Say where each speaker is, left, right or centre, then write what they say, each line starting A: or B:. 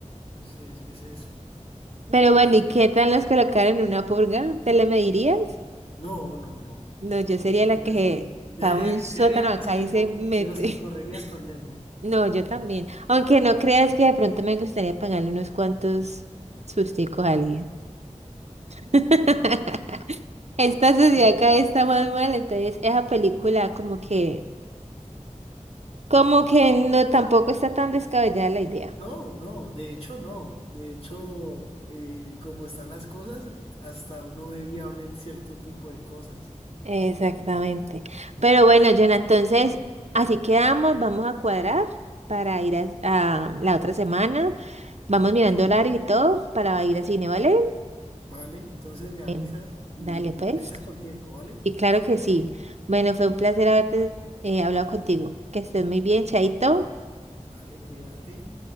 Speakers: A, on the left (about 50°); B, on the right (about 60°).
A: es, es, es eso.
B: Pero bueno,
A: No,
B: ¿y qué tal nos colocaron en una purga? ¿Te le medirías?
A: no, no, no.
B: No, yo
A: No
B: sería
A: soy
B: la que
A: así. Yo
B: cava
A: sería,
B: un sótano
A: yo sería uno
B: acá
A: de los que,
B: y se
A: co-
B: mete.
A: de los que correría
B: <laughs>
A: a esconderme.
B: No, yo también. Aunque no creas que de pronto me gustaría pagarle unos cuantos susticos a alguien. <laughs> Esta
A: <laughs>
B: sociedad acá está más mal, entonces esa película como que, <clears throat> como que no tampoco está tan descabellada la idea.
A: No, no, de hecho no. De hecho, eh, como están las cosas, hasta uno ve viable cierto tipo de cosas,
B: Exactamente. Pero bueno, Jonah, entonces así quedamos, vamos a cuadrar para ir a, a la otra semana. Vamos mirando horario y todo para ir al cine, ¿vale?
A: ¿vale? Entonces me avisas
B: Em,
A: y
B: dale, pues.
A: me avisas con tiempo, ¿vale?
B: Y claro que sí. Bueno, fue un placer haberte eh, hablado contigo. Que estés muy bien, Chaito.
A: Vale, cuídate.